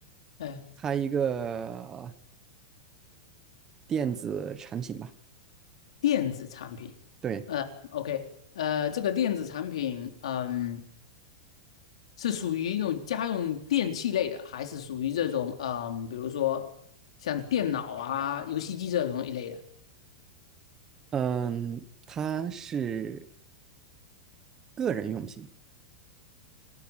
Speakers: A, on the left; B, on the right.
A: 嗯，
B: 猜一个电子产品吧。
A: 电子产品，
B: 对，
A: 呃，OK，呃，这个电子产品，嗯，是属于那种家用电器类的，还是属于这种，嗯，比如说像电脑啊、游戏机这种一类的？
B: 嗯，它是个人用品，